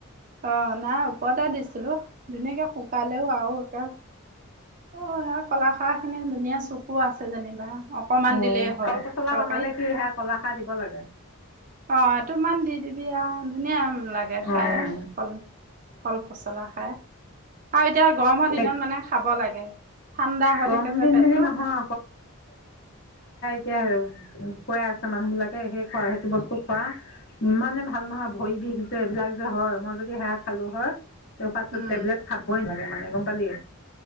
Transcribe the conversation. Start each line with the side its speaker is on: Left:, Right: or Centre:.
Right: অ নাই ওপৰতে দিছো ছিলো ধুনীয়াকে শুকালেও আৰু এে অ সাৰ কলাখাৰ খিনি ধুনীয়া চকু আছে যেনিবা অকমান
Left: অ
Right: দিলেই হয়।
Left: কল পচলা
Right: তৰকাৰীত
Left: বনালে কি সে কলাখাৰ দিব লাগে
Right: অ তোমান দি দিবি আহ ধুনীয়া লাগে খাই
Left: অঁ
Right: কল কল পচলা খাই আৰু এতিয়া গৰমৰ দিনত
Left: এক
Right: মানে খাব লাগে ঠাণ্ডা হৈ
Left: গৰম
Right: থাকে যে
Left: দিন
Right: পেটটো
Left: বুলি নহয় কুৱাই আছে মানুহবিলাকে সেই খোৱা সেতি বস্তু খোৱা ইমানেই মানে ভাল নহয় ভৰি বিষ এইবিলাক যে হয় মই যদি সেয়া খালো হয়। পাত্ৰ
Right: উম
Left: টেবলেট খাবই নে মানে গম পালি